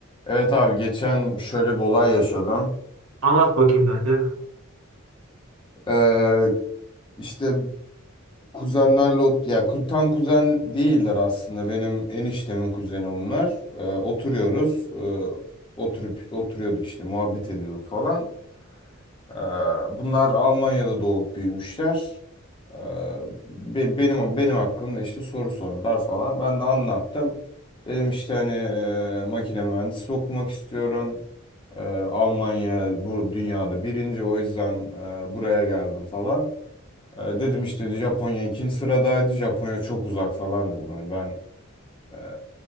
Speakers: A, on the left; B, on the right.
A: Evet abi geçen şöyle bir olay yaşadım.
B: Anlat bakayım kanka.
A: Ee, işte kuzenlerle ot ya ku- tam kuzen değiller aslında. Benim eniştemin kuzeni bunlar. Ee, oturuyoruz. Ee, oturup oturuyorduk işte muhabbet ediyorduk falan. Ee, Bunlar Almanya'da doğup büyümüşler. Ee, be- Benim benim hakkımda işte soru sordular falan. Ben de anlattım. Dedim işte hani e, makine mühendisi okumak istiyorum. Ee, Almanya bu dünyada birinci o yüzden e, buraya geldim falan. Ee, Dedim işte Japonya ikinci sıradaydı. Japonya çok uzak falan dedim. Hani ben e,